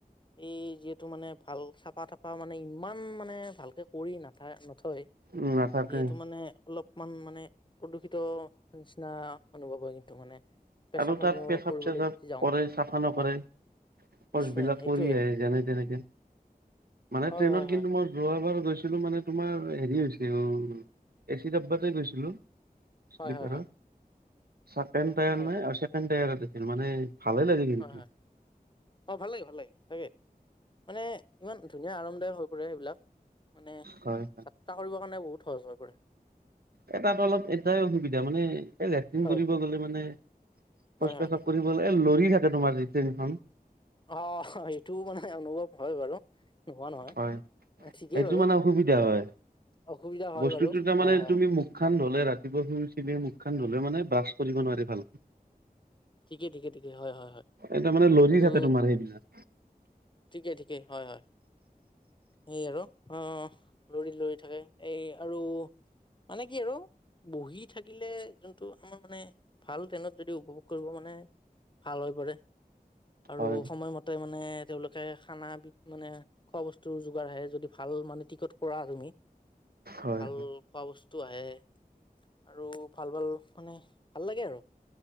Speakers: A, on the left (about 30°); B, on the right (about 80°).
A: এই যিহেত মানে ভাল চাফা-তাফা মানে ইমান মানে ভালকে কৰি নাথা নথ থয়
B: উম নাথাকে
A: যিহেতু মানে, অলপমান মানে প্ৰদূষিত নিচিনা অনুভৱ হয় কিন্তু মানে। পেচাবসমূহ
B: আৰু তাত পেচাব-চেচাব
A: কৰিবলৈ যদি যাওঁ
B: কৰে চাফা নকৰে।
A: হয়
B: শৌচ
A: নিশ্চয়
B: বিলাক
A: সেইটোৱে
B: কৰি আহে, যেনে তেনেকে। মানে
A: হয়
B: ট্ৰেইনত
A: হয়
B: কিন্তু
A: হয়
B: মই যোৱাবাৰ গৈছিলো মানে তোমাৰ হেৰি হৈছেল এচি ডাব্বাতে গৈছিলো শ্লিপাৰত
A: হয় হয় হয়
B: চাকেণ্ড টায়াৰনে
A: হয় হয়
B: আৰু ছেকেণ্ড টায়াৰত গৈছিল মানে ভালেই লাগিল।
A: হয়
B: কিন্তু।
A: হয় অ', ভাল লাগে, ভাল লাগে, তাকে মানে, ইমান ধুনীয়া আৰামদায়ক হৈ পৰে সেইবিলাক মানে,
B: হয়
A: যাত্ৰা কৰিবৰ কাৰণে বহুত সহজ হৈ পৰে।
B: এ তাত অলপ এটাই অসুবিধা মানে, এই লেট্ৰিন
A: হয়
B: কৰিব গ'লে মানে শৌচ,
A: হয় হয়
B: পেচাব
A: হয়
B: কৰিবলে এ লৰি থাকে তোমাৰ টেনখন।
A: অ', হ সেইটোও মানে অনুভৱ হয় বাৰু নোহোৱা নহয়।
B: হয়
A: ঠিকেই
B: সেইটো
A: বাৰু
B: মানে অসুবিধা হয়,
A: অসুবিধা হয়
B: বস্তুটো
A: বাৰু
B: তাৰ
A: হয়
B: মানে
A: হয়
B: তুমি
A: হয়
B: মো খান ধুলে ৰাতিপুৱা শুই উঠিলে মুখ খান ধুলে মানে ব্ৰাছ কৰিব নোৱাৰি ভালকে।
A: ঠিকে, ঠিকে, ঠিকে, হয়, হয়, হয়,
B: এই তাৰমানে লৰি
A: এইটো
B: থাকে তোমাৰ সেইবিলাক
A: ঠিকে, ঠিকে, হয়, হয়। সেই আৰু অ', লৰি, লৰি থাকে এই আৰু মানে কি আৰু বহি থাকিলে যোনটো আমাৰ মানে ভাল ট্ৰেনত যদি উপভোগ কৰিব মানে ভাল হৈ পৰে আৰু
B: হয়
A: সময়মত তাৰমানে, তেওঁলোকে খানা বিধ মানে খোৱা বস্তুৰ যোগাৰ আহে, যদি ভাল মানে টিকট কৰা তুমি
B: হয়
A: ভাল খোৱা বস্তু আহে আৰু ভাল, ভাল মানে ভাল লাগে আৰু